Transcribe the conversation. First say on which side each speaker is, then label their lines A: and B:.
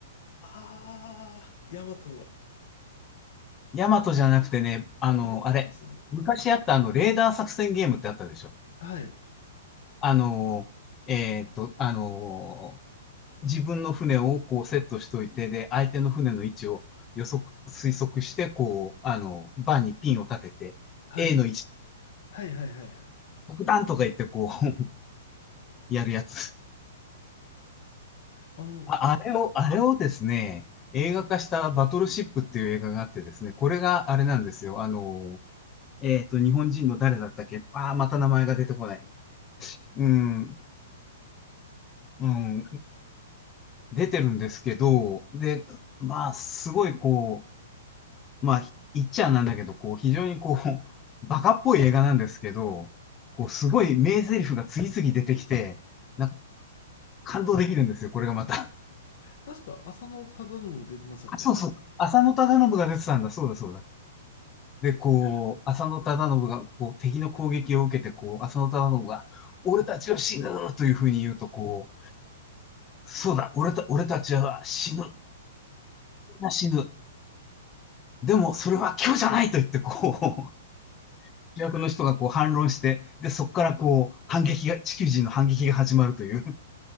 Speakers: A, on the left (about 55°); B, on the left (about 20°).
A: あー、ヤマトの。
B: ヤマトじゃなくてね、あの、
A: あれ、
B: あれ、
A: エマさん、
B: 昔あったあの、レーダー作戦ゲームってあったでしょ。
A: はい、
B: あの、えーっと、あの、自分の船をこうセットしといて、で、相手の船の位置を予測、推測して、こう、あの、バーにピンを立てて、
A: はい、
B: A の位置、
A: はい、はい、はい、はい。
B: 爆弾とか言ってこう、<laughs> やるやつ。
A: あの、
B: あ、あれを、あれをですね、映画化したバトルシップっていう映画があってですね、これがあれなんですよ。あの、えっと、日本人の誰だったっけああー、また名前が出てこない。うん、うん、出てるんですけど、で、まあ、すごいこう、まあ、言っちゃなんだけど、こう、非常にこう、バカっぽい映画なんですけど、こう、すごい名台詞が次々出てきて、なんか感動できるんですよ、これがまた。
A: 確か浅野忠信出てますよね。
B: あ、そうそう。浅野忠信が出てたんだ、そうだそうだ。で、こう、浅野忠信が、こう、敵の攻撃を受けて、こう、浅野忠信が、俺たちは死ぬというふうに言うと、こう、そうだ、俺た、俺たちは死ぬ、死ぬ。でも、それは今日じゃないと言って、こう、主役の人がこう反論して、で、そこからこう、反撃が、地球人の反撃が始まるという、